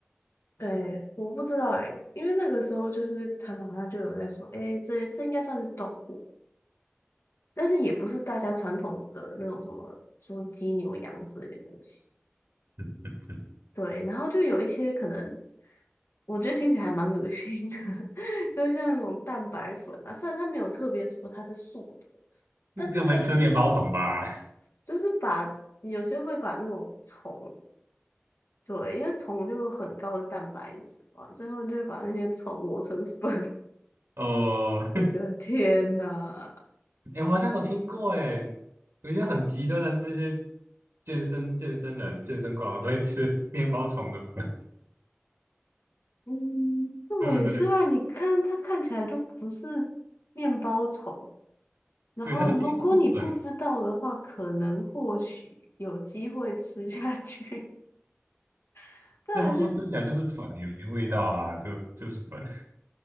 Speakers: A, on the left (about 85°); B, on the right (about 80°).
A: 对，我不知道哎、因为那个时候就是他们好像就有在说，哎、这这应该算是动物，但是也不是大家传统的那种什么猪、鸡、牛、羊之类的东西。
B: 嗯嗯
A: 对，然后就有一些可能，我觉得听起来还蛮恶心的，<laughs> 就像那种蛋白粉啊，虽然它没有特别说它是素的，
B: 嗯，
A: 但是它就是
B: <laughs> 更没吃面包虫吧？
A: 就是把有些会把那种虫对，因为虫就有很高的蛋白质嘛，所以他们就会把那些虫磨成粉。<laughs>
B: 哦，
A: 我觉得天呐，
B: <laughs> 诶，我好像有听过，诶，有一些很极端的那些健身健身人、健身狂会吃面包虫的粉，
A: 嗯，对，
B: 对不对？
A: 是吧？你看它看起来就不是面包虫，然后如果你不知道的话，
B: 对，它就天就是粉。
A: 可能或许有机会吃下去，<laughs> 但还是
B: 对他们说吃起来就是粉，也没味道啊，就就是粉。<laughs>